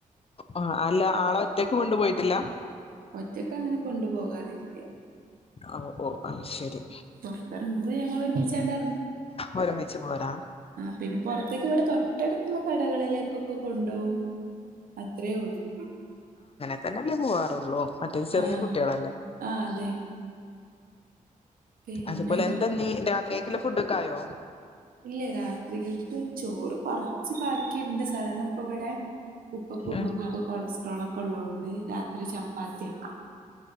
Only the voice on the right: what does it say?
ഒറ്റക്കങ്ങനെ കൊണ്ടുപോകാറില്ല
പുറത്തിറങ്ങുമ്പോ ഞങ്ങൾ ഒരുമിച്ചായിട്ട്
ആഹ് പിന്നെ പൊറത്തേക്ക് ഇവിടെ തൊട്ടടുത്തുള്ള കടകളിലേക്കൊക്കെ കൊണ്ടോവും അത്രേ ഉള്ളൂ
ആ
ആ അതെ പിന്നെ
ഇല്ല രാത്രികക്ക് ചോറ് കുറച്ച് ബാക്കിയുണ്ട് സാധാരണ ഇപ്പ ഇവിടെ ഉപ്പക്കൂ ഉമ്മക്കൊക്കെ
കൊളസ്ട്രോളൊക്കെള്ളോണ്ട് രാത്രി ചപ്പാത്തിയാ